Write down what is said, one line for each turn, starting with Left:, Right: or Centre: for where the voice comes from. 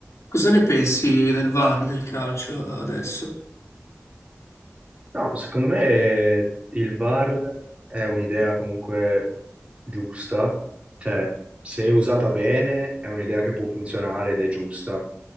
Left: Cosa ne pensi del VAR nel calcio adesso?
Right: No, secondo me eh, il VAR è un'idea comunque giusta, cioè se usata bene è un'idea che può funzionare ed è giusta,